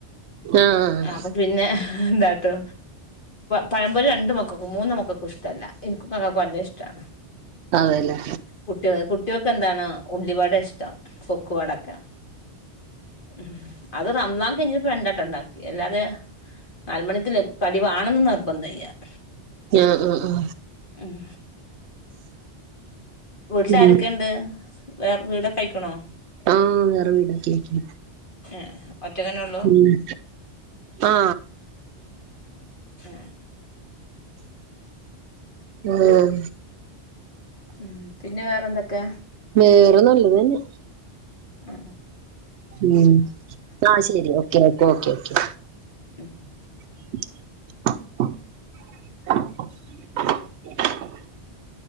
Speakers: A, on the right; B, on the left.
A: ആഹ്
B: അപ്പൊ പിന്നെ എന്താട്ടോ പഴമ്പോരി രണ്ട് മക്കക്കും മൂന്ന് മക്കക്കും ഇഷ്ടാല്ല <unintelligible> വല്ല്യ ഇഷ്ടാ
A: അതെല്ലേ
B: കുട്ടികള് കുട്ടികൾക്കെന്താണ് ഉള്ളിവട ഇഷ്ടാ പൊക്കുവടേക്കെ ഉം അത് <unintelligible> പണ്ടായിട്ട ഉണ്ടാക്കി അല്ലാതെ അര മണിക്ക് <unintelligible> കടിവാണെന്ന് നിർബന്ധം <unintelligible>
A: ആ ആ ആ
B: ഉം വീട്ടിലാരൊക്കെയുണ്ട്
A: ഉം
B: വേറെ വീടൊക്കെ ആയിക്കണോ
A: ആ വേറെ വീടാക്കി
B: ഏഹ് ഒറ്റക്കന്നെ ഉള്ളൂ
A: മ് ആ
B: ആ
A: ആഹ്
B: ഉം പിന്നെ വേറെന്തൊക്കെ
A: വേറെ നല്ല അത് തന്നെ
B: ആ
A: ഉം ആ ശരി ഓക്കെ ഓക്കേ ഓക്കെ
B: മൂ
A: <inaudible>